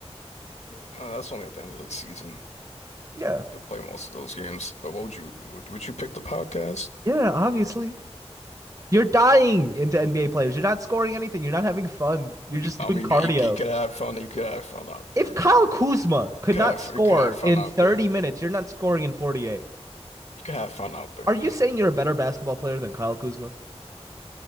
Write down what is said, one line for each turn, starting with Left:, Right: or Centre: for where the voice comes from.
Left: Uh, that's only at the end of the season.
Right: Yeah,
Left: We'll play most of those games. But what would you would, would you pick the podcast?
Right: Yeah, obviously. You're dying into NBA players. You're not scoring anything. You're not having fun. You're just
Left: I
Right: doing
Left: mean,
Right: cardio.
Left: you, you, you could have fun. You could have fun out there,
Right: If
Left: man.
Right: Kyle Kuzma could
Left: You Could
Right: not
Left: have
Right: score
Left: you could have fun
Right: in
Left: out
Right: 30
Left: there.
Right: minutes, you're not scoring in 48.
Left: You could have fun out there,
Right: Are
Left: man.
Right: you saying you're a better basketball player than Kyle Kuzma?